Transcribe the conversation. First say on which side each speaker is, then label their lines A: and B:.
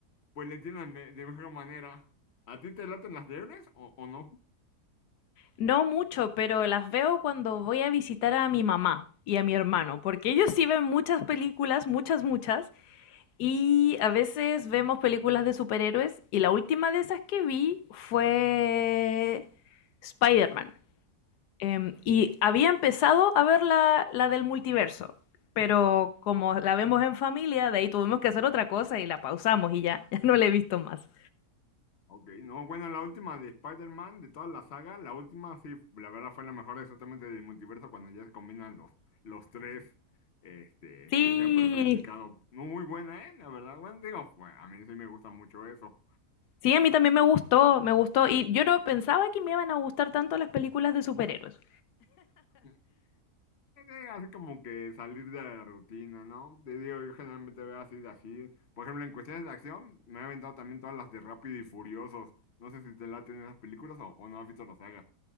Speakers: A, on the left; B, on the left.
A: pues le entiendan de, de mejor manera. ¿A ti te laten las de héroes o, o no?
B: No mucho, pero las veo cuando voy a visitar a mi mamá y a mi hermano, porque ellos sí ven muchas películas, muchas, muchas, y a veces vemos películas de superhéroes, y la última de esas que vi fue Spider-Man. Em, y había empezado a ver la, la del multiverso, pero como la vemos en familia, de ahí tuvimos que hacer otra cosa y la pausamos y ya, <laughs> ya no la he visto más.
A: Ok, no, bueno, la última de Spider-Man, de toda la saga, la última sí, la verdad fue la mejor exactamente del multiverso cuando ya se combinan los, los tres, este,
B: Sí,
A: los que han personificado. No, Muy buena, ¿eh? La verdad, bueno, digo, fue- a mí sí me gusta mucho eso.
B: Sí, a mí también me gustó, me gustó. Y yo no pensaba que me iban a gustar tanto las películas de superhéroes.
A: Eh, eh, Así como que salir de la rutina, ¿no? Te digo, yo generalmente veo así de así. Por ejemplo, en cuestiones de acción, me he aventado también todas las de Rápido y Furiosos. No sé si te laten esas películas o, o no has visto la saga.